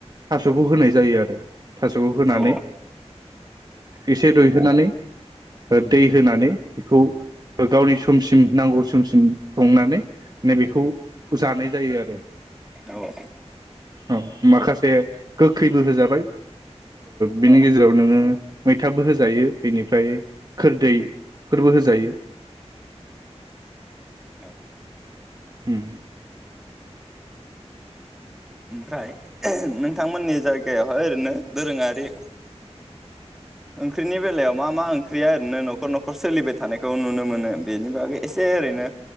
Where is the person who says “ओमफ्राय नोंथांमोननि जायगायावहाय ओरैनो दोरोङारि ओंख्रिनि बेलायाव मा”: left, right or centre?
Centre